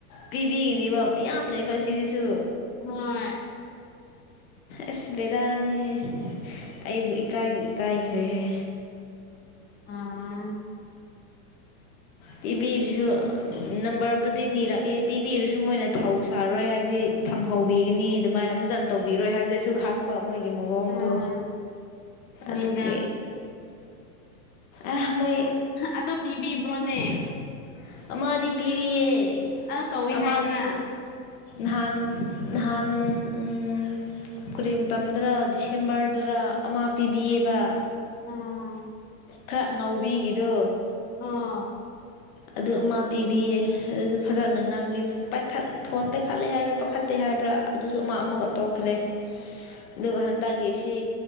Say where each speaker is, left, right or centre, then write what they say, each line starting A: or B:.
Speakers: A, on the left; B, on the left.
A: ꯄꯤꯕꯤꯅꯤꯕ ꯃꯌꯥꯝ ꯂꯩꯕ ꯑꯁꯤꯁꯤꯁꯨ
B: ꯍꯣꯏ
A: ꯑꯁ ꯕꯦꯔꯥꯅꯤꯍꯦ ꯑꯩꯕꯨ ꯏꯀꯥꯏꯕꯤ ꯇꯥꯏꯈꯔꯦꯍꯦ
B: ꯎꯝ
A: ꯄꯤꯕꯤꯔꯤꯁꯨ ꯅꯝꯕꯔꯕꯨꯗꯤ ꯅꯤꯔꯛ ꯑꯦ ꯄꯤꯕꯤꯔꯨꯁꯨ ꯃꯣꯏꯅ ꯊꯧ ꯁꯥꯔꯣꯏ ꯍꯥꯏꯕꯗꯤ ꯊꯝꯍꯧꯕꯤꯒꯅꯤ ꯑꯗꯨꯃꯥꯏꯅ ꯐꯖꯅ ꯇꯧꯕꯤꯔꯣꯏ ꯍꯥꯏꯕꯗ ꯑꯩꯁꯨ ꯈꯪꯕ ꯃꯣꯏꯒꯤ ꯃꯑꯣꯡꯗꯣ
B: ꯑꯥ ꯍꯣꯏꯗ
A: ꯑꯗꯨꯒꯤ ꯑꯥ ꯃꯣꯏ
B: ꯑꯗꯣ ꯄꯤꯕꯤꯕ꯭ꯔꯣꯅꯦ
A: <unintelligible> ꯑꯃꯗꯤ ꯄꯤꯔꯤꯌꯦ
B: ꯑꯗꯣ ꯇꯧꯋꯦ
A: ꯑꯃꯒꯤꯁꯨ
B: ꯍꯥꯏꯕ꯭ꯔꯥ
A: ꯅꯍꯥꯟ ꯅꯍꯥꯟ ꯎꯝ ꯀꯔꯤ ꯃꯇꯝꯗꯔꯥ ꯗꯤꯁꯦꯝꯕꯔꯗꯔꯥ ꯑꯃ ꯄꯤꯕꯤꯌꯦꯕ
B: ꯑꯣ
A: ꯈꯔ ꯉꯥꯎꯕꯤꯒꯤꯗꯣ
B: ꯑꯥ
A: ꯑꯗꯨ ꯑꯃ ꯄꯤꯕꯤꯌꯦ ꯑꯗꯨꯁꯨ ꯐꯖꯅ ꯉꯥꯡꯕꯤ ꯥꯄꯥꯏꯈꯠ ꯐꯣꯟ ꯄꯥꯏꯈꯠꯂꯦ ꯍꯥꯏꯕ꯭ꯔꯥ ꯄꯥꯏꯈꯠꯇꯦ ꯍꯥꯏꯕ꯭ꯔꯥ ꯑꯗꯨꯁꯨ ꯑꯃ ꯑꯃꯒ ꯇꯣꯛꯈ꯭ꯔꯦ ꯑꯗꯨꯒ ꯍꯟꯗꯛꯒꯤꯁꯤ